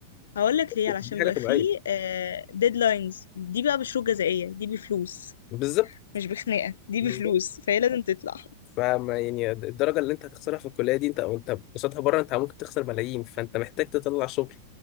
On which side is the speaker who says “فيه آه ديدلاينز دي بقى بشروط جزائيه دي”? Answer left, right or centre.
Left